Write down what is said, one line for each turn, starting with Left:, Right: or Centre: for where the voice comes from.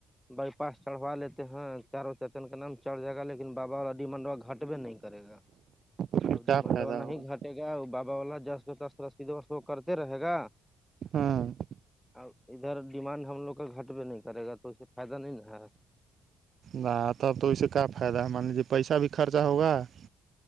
Centre: بائی پا چڑوا لیتے ہیں چاروں چاچن کا نام چڑھ جائے گا لیکن باباڈی منڈوا گٹبے نہیں کرے گا
Right: کیا
Centre: اب ڈیمانڈ
Right: فائدہ
Centre: وا
Right: ہوگا
Centre: ہی گھٹ گا بابا والا جسر سیدھ کرتے رہے گا <unintelligible>
Right: ہاں <unintelligible>
Centre: ا ادھر ڈیمانڈ ہم لوگ کا گھٹ بھیہ نہیں کرے گا تو اس سے فائدہ نہیں نا ہے <unintelligible>
Right: نہ تب تو اس سے کیا فائدہ ہے مان لیجے پیسہ بھی خرچہ ہوگا <unintelligible>